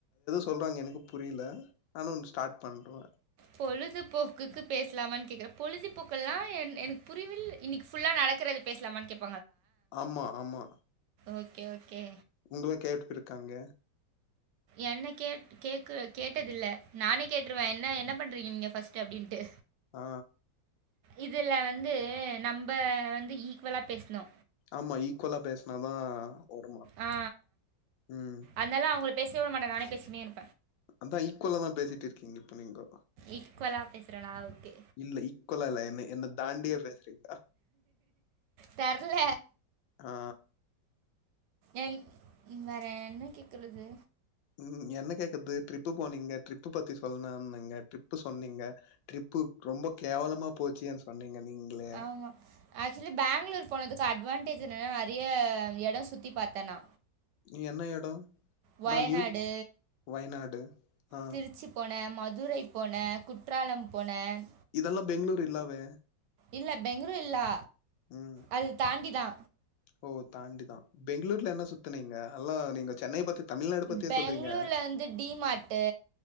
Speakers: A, on the left (about 80°); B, on the right (about 75°).
A: சொல்கிறாங்க எனக்கு புரியல நானு ஸ்டார்ட் பண்றே
B: பொழுதுபோக்குக்கு பேசலாமானு கேக்குறே பொழுதுபோக்கு ல்லா என் எனக்கு புரிவிலே இன்னைக்கு ஃபுல்லா நடக்கறது பேசலாமானு கேப்
A: ஆமா ஆமா
B: ஓகே ஓகே
A: உங்கள கேட்டு இருக்காங்க
B: என்ன கே கே கேட்டதில்ல நானே கேட்டுருவே என்ன என்ன பண்றீங்க நீங்க ஃபர்ஸ்ட் அப்டின்ட்டு
A: ஆ
B: இதுல வந்து நம்ம வந்து ஈக்குவலா பேசுணு
A: ஆமா ஈக்குவலா பேசுனாதா வருமா
B: ஆ
A: ம்
B: அதலா அவங்க பேசவே விட மாட்டே நானே பேசு நிர்
A: அதா ஈக்குவல தா பேசிட்டு இருக்கீங்க இப்ப நீங்கோ
B: ஈக்குவலா பேசுறேனா ஓகே.
A: இல்லை இக்குவல இல்ல என்ன என்ன தாண்டியே பேசுறீங்க
B: தெர்ல
A: ஆ,
B: என் வேற என்ன கேக்குறது
A: ம் என்ன கேக்குது ட்ரிப்பு போனீங்க ட்ரிப்பு பத்தி சொல்லணனுங்க ட்ரிப்பு சொன்னீங்க ட்ரிப்பு ரொம்ப கேவலமா போச்சு சொன்னீங்க நீங்களே
B: ஆமா ஆக்சுவலி பெங்களூர் போனதுக்கு அட்வான்டேஜ் இதுனு நெறைய இடம் சுத்தி பாத்தேன் நா
A: நீ என்ன இடம்
B: வயநாடு
A: ஆனா நியூ வயநாடு ஆ
B: திருச்சி போனேன் மதுரை போனேன் குற்றாலம் போனேன்
A: இதெல்லாம் பெங்களளூர் இல்லாவே
B: இல்ல பெங்களூர் இல்லா
A: ம்
B: அது தாண்டிதா
A: ஓ தாண்டிதா பெங்களூர்ல என்ன சுத்து நீங்க எல்லா நீங்க சென்னை பத்தி தமிழ்நாடு பத்தியே
B: பெங்களூர்ல
A: சொல்றீங்க
B: வந்து டிமார்ட்டு